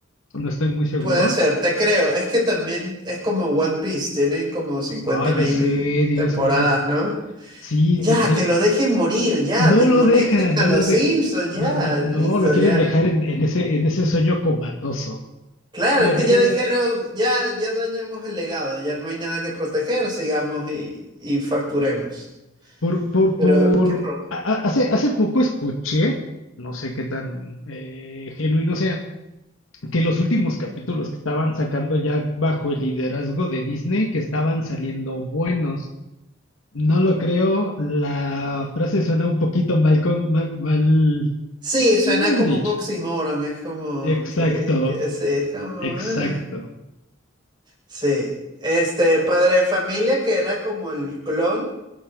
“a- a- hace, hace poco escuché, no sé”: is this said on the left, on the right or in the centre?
Left